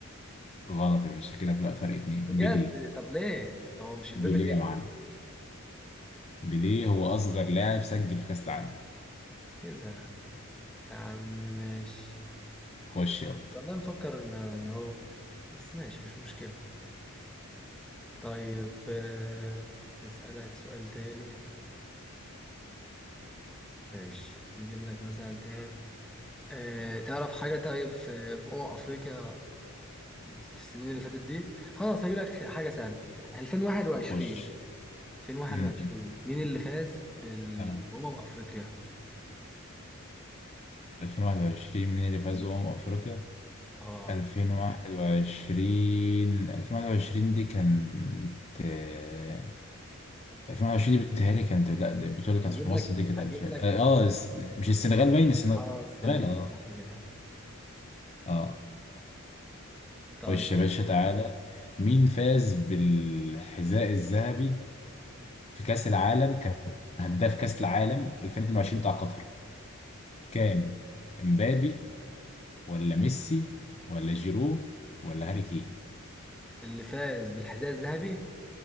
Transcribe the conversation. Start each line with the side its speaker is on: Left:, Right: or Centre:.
Left: غلط يا باشا كده فرق فرق اتنين
Centre: بجد
Left: بيليه
Centre: طب ليه هو مش امبابي
Left: بيليه
Centre: ليه
Left: يا معلم بيليه هو أصغر لاعب سجل في كأس العالم
Centre: ايه ده يا عم ماشي
Left: خش يلا
Centre: والله مفكر ان ان هو بس ماشي مش مشكلة طيب آه، نسألك سؤال تاني ماشي نجيب لك مثلا ايه آه، تعرف حاجة طيب في في أمم أفريقيا في السنين اللي فاتت دي؟ خلاص هجيب لك حاجة سهلة 2021
Left: خش
Centre: 2021
Left: امم
Centre: مين اللي فاز بال...
Left: تمام
Centre: بأمم أفريقيا؟
Left: 2021 مين اللي فاز
Centre: أمم
Left: بأمم
Centre: أفريقيا.
Left: أفريقيا
Centre: اه
Left: 2021 2021 دي كانت آه، 2021 دي بتهيألي كانت لا دي البطولة اللي كانت
Centre: اجيب
Left: في
Centre: لك
Left: مصر دي كانت
Centre: اجيب
Left: 2000
Centre: لك
Left: اه آه، الس- مش السنغال باين السنغال
Centre: اه السنغال
Left: اه
Centre: صح كده
Left: اه خش
Centre: طيب
Left: يا باشا تعالى مين فاز بالحذاء الذهبي في كأس العالم كان هداف كأس العالم 2022 بتاع قطر كان امبابي ولا ميسي ولا جيرو ولا هاري كين
Centre: اللي فاز بالحذاء الذهبي